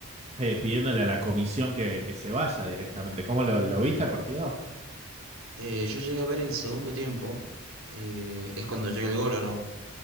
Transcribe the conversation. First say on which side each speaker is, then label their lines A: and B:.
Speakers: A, on the right; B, on the right.
A: eh, pidiéndole a la comisión que, que se vaya directamente. ¿Cómo lo, lo viste el partido?
B: Eh, yo llegué a ver el segundo tiempo. eh, ¿es cuando llega el gol o no?